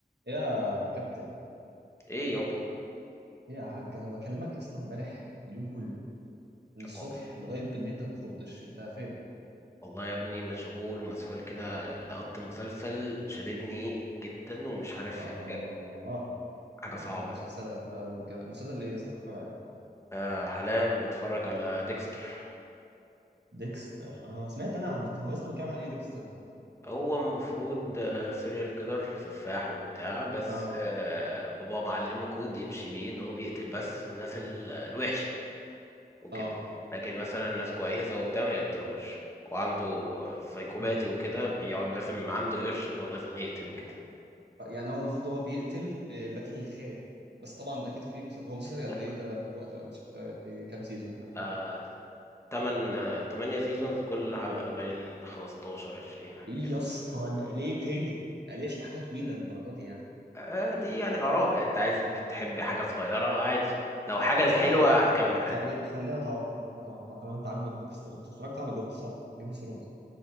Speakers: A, on the right (about 80°); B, on the left (about 15°).
A: يا كابتن
B: ايه يابا
A: إيه يا حاج انا بكلمك يا اسطى امبارح اليوم كله من الصبح
B: هو-
A: لغايه بالليل انت ما بتردش انت فين
B: والله يا ابني مشغول ومسحول كده لقط مسلسل شددني جدا ومش عارف
A: اه
B: يعني بجد حاجة
A: ايوه
B: صعبة
A: المسلسلات بقى والج... مسلسل ايه يا اسطى بتتفرج عليه
B: آه حاليا بتفرج على ديكستر
A: ديكستر اه سمعت انا عن ديكستر هو يا اسطى بيتكلم عن ايه ديكستر ده
B: هو المفروض سيريال كيلر سفاح وبتاع بس
A: اه
B: آه بابا معلمه كود يمشي بيه ان هو بيقتل بس الناس ال- الوحشة وكده
A: اه
B: لكن مثلا ناس كويسة وبتاع ما يقتلهمش وعنده سايكوباتي
A: ما
B: وكده بيقعد لازم عنده قرش ان هو لازم يقتل وكده
A: يعني هو المفروض هو بيقتل آه، لاجل الخير بس طبعا اكيد في مسلسل... هو مسلسل قد
B: لا
A: ايه ده من وقت مسلسل قد ايه كام سيزون كام
B: آه،
A: حلقه
B: تمن تمانية سيزونز كل حلقة باين خمستاشر عشرين حاجة
A: ايه
B: كده
A: يا اسطى ده ليه كده ده ليه شوف حاجه طويله للدرجه دي يعني
B: آه، دي يعني آراء يعني أنت عايز بتحب حاجة صغيرة عادي لو حاجة
A: يا اسطى
B: حلوة هتكمل عادي
A: خلي...
B: بيها.
A: خلينا نتوقع خلينا نتوقع طالما انت عاجبك ديكستر انت اتفرجت على جوت صح؟ جيم اوف ثرونز